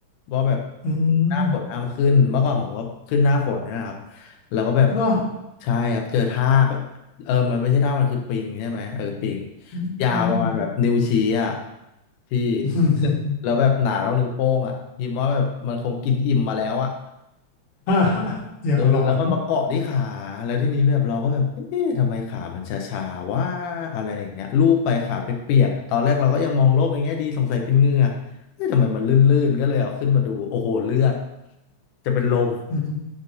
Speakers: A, on the left; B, on the left.
A: ว่าแบบ
B: อื
A: หน้าฝนห้ามขึ้นเมื่อก่อนผมก็ขึ้นหน้าฝนเนยนะครับ
B: ม
A: แล้วก็แบบ
B: เหรอ
A: ใช่ครับเจอทากเออมันไม่ใช่ทากมันคือปิงใช่ไหมเออปิง
B: อืมอืม
A: ยาวประมาณแบบนิ้วชี้อ่ะพี่
B: อืม
A: <laughs> แล้วแบบหนาเท่านิ้วโป้งอ่ะหิมว่าแบบมันคงกินอิ่มมาแล้วอ่ะ
B: <laughs> อย่างหลอน
A: เออแล้วมันมาเกาะที่ขาแล้วที่นี้แบบเราก็แบบเอ๊ะทำไมขามันชาๆว่าอะไรอย่างเงี้ยลูบไปขาเปียกๆตอนแรกเราก็ยังมองโลกในแง่ดีสงสัยเป็นเหงื่อเอ๊ะทำไมมันลื่นๆก็เลยเอาขึ้นมาดูโอ้โหเลือดจะเป็นลม
B: อืม